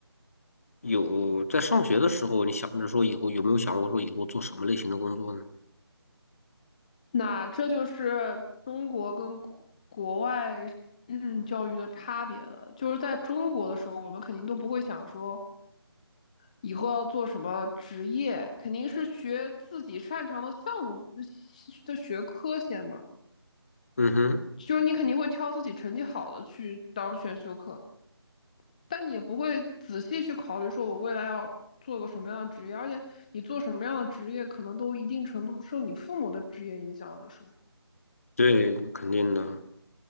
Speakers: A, on the left; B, on the left.
A: 有在上学的时候，你想着说以后有没有想过说以后做什么类型的工作呢？
B: 那这就是中国跟国国外嗯教育的差别了。就是在中国的时候，我们肯定都不会想说以后要做什么职业，肯定是学自己擅长的项目的学科先嘛。
A: 嗯哼，
B: 就是你肯定会挑自己成绩好的去当选修课，但你也不会仔细去考虑说我未来要做个什么样的职业，而且你做什么样的职业，可能都一定程度受你父母的职业影响，有的时候。
A: 对，肯定的。